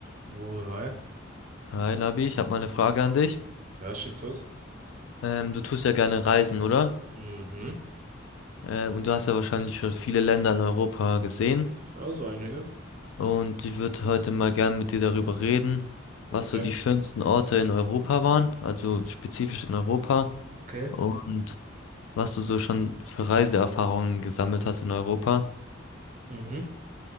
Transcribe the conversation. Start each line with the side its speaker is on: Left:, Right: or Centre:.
Right: Wohne High.
Left: Hi Labi, ich habe mal eine Frage an dich.
Right: Ja, schieß los.
Left: Ähm, du tust ja gerne reisen, oder?
Right: Mhm.
Left: Äh, und du hast ja wahrscheinlich schon viele Länder in Europa gesehen.
Right: Also einige.
Left: Und ich würde heute mal gern mit dir darüber reden,
Right: Okay.
Left: was so die schönsten Orte in Europa waren, also spezifisch in Europa,
Right: Okay.
Left: und was du so schon für Reiseerfahrungen gesammelt hast in Europa.
Right: Mhm.